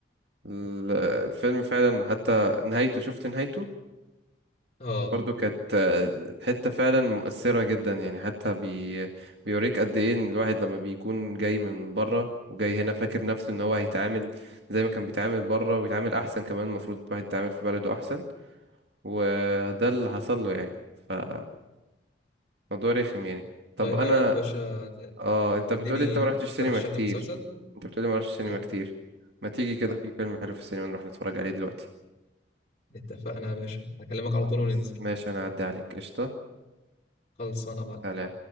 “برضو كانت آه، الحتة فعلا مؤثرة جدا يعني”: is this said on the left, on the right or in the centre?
Right